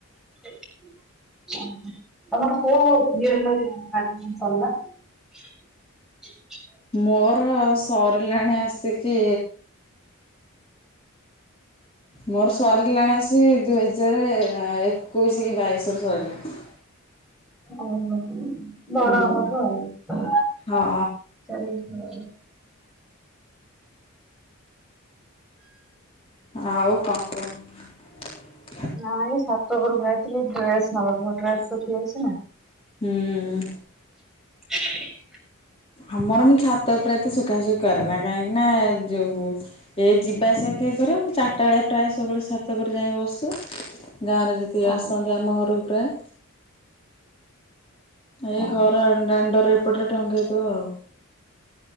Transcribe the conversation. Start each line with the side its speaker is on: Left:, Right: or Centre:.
Centre: ତମର କୋଉ <inaudible> ସରିଲା।
Left: ମୋର ସରିଲାଣି ଆସିକି ମୋର ସରିଲାଣି ଆସି କି ଦୁଇ ହଜାର ଏ ଏକଉସୀ କି ବାଇଶି ହବ ସରିଲାଣି।
Centre: ଓ ହୋ। ବଡ
Left: ହୁଁ।
Centre: ଆମଠୁ ଆଉ
Left: ହଁ
Centre: ଚାରି <unintelligible>
Left: ଆଉ କଣ କହ।
Centre: ନାଇଁ ଛାତ ଉପରକୁ ଯାଇଥିଲି ଏଇ ଡ୍ରେସ ନବା କୁ ମୋ ଡ୍ରେସ ଶୁଖି ଯାଇଛି ନା।
Left: ହୁଁ।
Centre: <inaudible>
Left: ଆମର ମୁଁ ଛାତ ଉପରେ ଏତେ ଶୁଖାଶୁଖି କରେ ନା କାହିଁକି ନା ଯୋଉ ଏ ଯିବା ଆସିବା କିଏ କରିବ ମୁ ଚାରିଟା ବେଳେ ପ୍ରାୟ ସବୁବେଳେ ଛାତ ଉପରେ ଯାଏ ବସୁ। ଗାଁରେ ଯେତିକି
Centre: ହଁ
Left: ଆସନ୍ତି ଆମ ଘରୁକୁ ପ୍ରାୟ ଏ
Centre: ହଁ
Left: ଘର ଆ- ଦାଣ୍ଡରେ ଏପଟ ରେ ଟଙ୍ଗେଇ ଦବ ଆଉ।